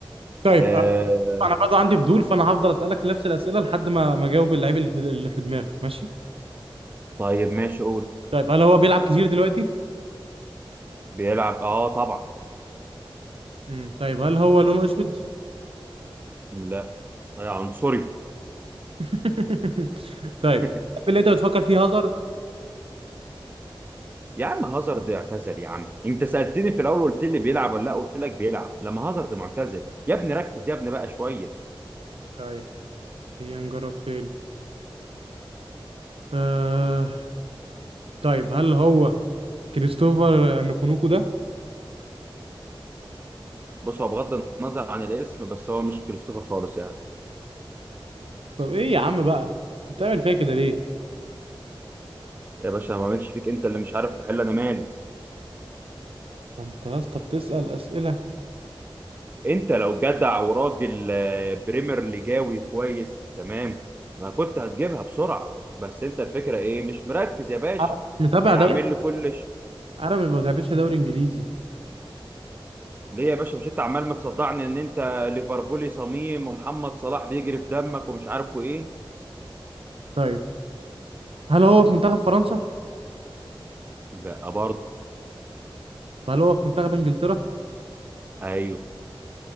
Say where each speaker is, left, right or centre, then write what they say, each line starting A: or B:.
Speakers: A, on the right; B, on the right.
A: طيب
B: آه...
A: أ- انا برضه عندي فضول فانا هفضل اسالك نفس الاسئله لحد ما ما اجاوب اللعيب اللي في اللي في دماغك ماشي
B: طيب ماشي قول
A: طيب هل هو بيلعب كتير دلوقتي
B: بيلعب اه طبعا
A: امم طيب هل هو لونه اسود
B: لا آه عنصري
A: <laughs> طيب
B: <laughs>
A: اللي انت بتفكر فيه هازارد
B: يا عم هازارد اعتزل يا عم انت سألتني في الاول قلت لي بيلعب ولا لا قلت لك بيلعب لما هازارد معتزل يا ابني ركز يا ابني بقى شوية
A: طيب خلينا نجرب تاني آه... طيب هل هو كريستوفر نكونوكو ده
B: بص هو بغض النظر عن الاسم بس هو مش كريستوفر خالص يعني
A: طب ايه يا عم بقى انت بتعمل فيا كده ليه
B: يا باشا ما اعملش فيك انت اللي مش عارف تحل انا مالي
A: ما انت يا اسطى بتسال اسئله
B: انت لو جدع وراجل آه، بريمير ليجاوي كويس تمام ما كنت هتجيبها بسرعة بس انت الفكرة ايه مش مركز يا باشا
A: أنا مش متابع
B: ما
A: دوري
B: عامل لي كلش
A: انا ما بتابعش دوري انجليزي
B: ليه يا باشا مش انت عمال متصدعني ان انت ليفربولي صميم ومحمد صلاح بيجري في دمك ومش عارفه ايه
A: طيب هل هو في منتخب فرنسا؟
B: لا برضه
A: هل هو في منتخب انجلترا؟
B: ايوه